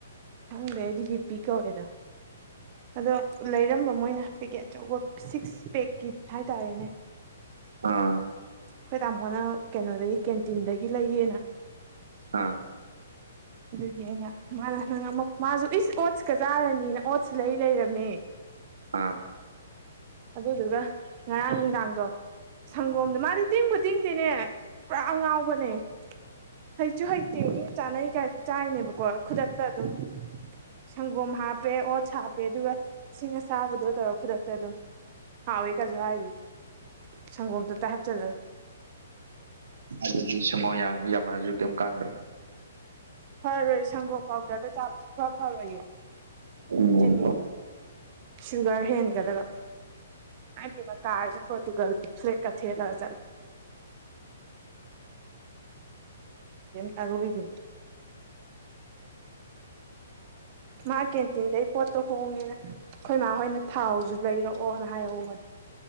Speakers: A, on the right; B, on the right.
A: ꯈꯪꯗꯦ ꯑꯩꯗꯤ ꯄꯤ ꯀꯧꯋꯦꯗ ꯑꯗꯣ ꯂꯩꯔꯝꯕ ꯃꯣꯏꯅ ꯄꯦꯛꯀꯦꯠ ꯑꯆꯧꯕ ꯁꯤꯛꯁ ꯄꯦꯛꯀꯤ ꯍꯥꯏꯇꯥꯔꯦꯅꯦ
B: ꯑꯥ
A: ꯑꯩꯈꯣꯏ ꯇꯥꯃꯣꯅ ꯀꯩꯅꯣꯗꯒꯤ ꯀꯦꯟꯇꯤꯟꯗꯒꯤ ꯂꯩꯌꯦꯅ
B: ꯑꯥ
A: ꯑꯗꯨꯒꯤ ꯑꯩꯅ ꯃꯥꯅ ꯅꯪ ꯃꯥꯁꯨ ꯏꯁ ꯑꯣꯠꯁꯀ ꯆꯥꯔꯅꯤꯅ ꯑꯣꯠꯁ ꯂꯩ ꯂꯩꯔꯝꯃꯦ
B: ꯑꯥ
A: ꯑꯗꯨꯗꯨꯒ ꯉꯔꯥꯡ ꯅꯨꯡꯗꯥꯡꯗꯣ ꯁꯪꯒꯣꯝꯗ ꯃꯥꯗꯤ ꯇꯦꯡꯕꯨ ꯇꯤꯡꯗꯦꯅꯦ ꯄꯨꯔꯥ ꯑꯉꯥꯎꯕꯅꯦ ꯍꯩꯁꯨ ꯍꯩꯇꯦ ꯃꯤ ꯆꯥꯅꯩ ꯀꯌꯥꯁꯨ ꯆꯥꯏꯅꯦꯕꯀꯣ ꯈꯨꯗꯛꯇ ꯑꯗꯨꯝ ꯁꯪꯒꯣꯝ ꯍꯥꯞꯄꯦ ꯑꯣꯠꯁ ꯍꯥꯞꯄꯦ ꯑꯗꯨꯒ ꯏꯁꯤꯡ ꯑꯁꯥꯕꯗꯣ ꯇꯧꯔꯣ ꯈꯨꯗꯛꯇ ꯑꯗꯨꯝ ꯍꯥꯎꯏꯤ ꯀꯁꯨ ꯍꯥꯏꯔꯤ ꯁꯪꯒꯣꯝ ꯇꯞꯇ ꯍꯥꯞꯆꯤꯜꯂꯒ
B: ꯑꯗꯨ ꯁꯣ ꯌꯥ ꯃꯁꯨ ꯀ ꯀꯥꯟꯗ
A: ꯐꯔꯣꯏ ꯁꯪꯒꯣꯝ ꯄꯥꯎꯗꯔꯗꯣ ꯆꯥꯕꯁꯨ ꯈꯔ ꯐꯔꯣꯏꯌꯦ
B: ꯑꯣꯝ
A: ꯆꯤꯅꯤ ꯁꯨꯒꯔ ꯍꯦꯟꯒꯗꯕ ꯄꯤ ꯀꯥꯔꯁ ꯄꯣꯇꯨꯒꯁꯦ ꯀ ꯊꯂ ꯆ ꯐꯔꯣꯏꯕꯅꯤ ꯃꯥ ꯀꯦꯟꯇꯤꯟꯗꯩ ꯄꯣꯠꯇꯣ ꯍꯣꯡꯉꯦꯅ ꯑꯩꯈꯣꯏ ꯃꯥ ꯍꯣꯏꯅ ꯊꯥꯎꯁꯨ ꯂꯩꯔꯣ ꯑꯣꯅ ꯍꯥꯏꯍꯧꯕꯅꯦ